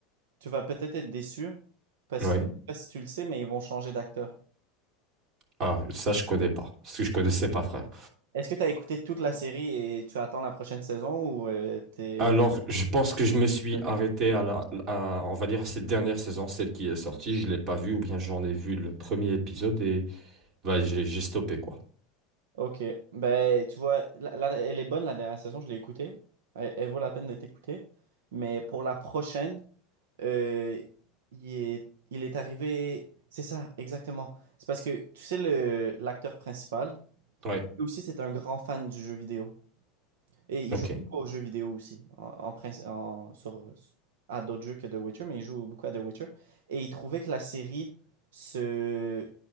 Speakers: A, on the right (about 85°); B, on the right (about 50°).
A: Tu vas peut-être être déçu parce
B: Ouais.
A: que, je sais pas si tu le sais, mais ils vont changer d'acteur.
B: Ah, ça, je connais pas. Parce que je connaissais pas, frère.
A: Est-ce que tu as écouté toute la série et tu attends la prochaine saison ou euh, t'es...
B: Alors, je pense que je me suis
A: euh,
B: arrêté à la, à- on va dire, à cette dernière saison, celle qui est sortie. Je l'ai pas vue, ou bien j'en ai vu le premier épisode et, bah, j'ai, j'ai stoppé, quoi.
A: Ok, ben tu vois, la- la- elle est bonne la dernière saison, je l'ai écoutée. Elle, elle vaut la peine d'être écoutée. Mais pour la prochaine, euh, il est, il est arrivé. C'est ça, exactement. C'est parce que tu sais, le, l'acteur principal,
B: Ouais.
A: lui aussi, c'est un grand fan du jeu vidéo. Et il
B: Ok.
A: joue beaucoup aux jeux vidéo aussi, en, en princi- en- sur, à d'autres jeux que The Witcher, mais il joue beaucoup à The Witcher. Et il trouvait que la série se,